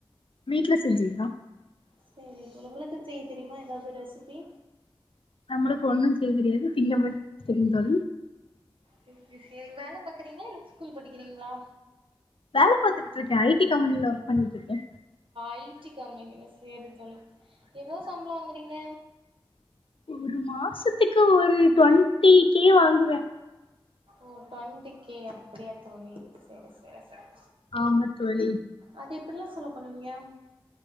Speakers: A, on the left; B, on the right.
A: வீட்ல செஞ்சதுதா
B: சேரி சேர் உங்களுக்கு செய்ய தெரியிமா ஏதாவது ரெசிபி
A: நம்மளுக்கு ஒண்ணு செய்ய தெரியாது திங்க மட் தெரியு தோழி
B: சேரி சிஸ் வேல பாக்கிறீங்ளா இல்ல ஸ்கூல் படிக்கிறீங்ளா
A: வேல பாத்துட்டு இருக்கே ஐ டி கம்பெனில ஒர்க் பண்ணிட்டுக்கே
B: ஐடி கம்பெனில சேரி தோழி எவ்ளோ சம்ளோ வாங்குறீங்க
A: ஒரு மாசத்துக்கு ஒரு ட்வெண்ட்டி கே வாங்குவ
B: ஓ டுவெண்ட கே அப்படியா தோழி சரி சரி சரி
A: ஆமா தோழி
B: அது எப்டிலா செலவு பண்ணுவீங்க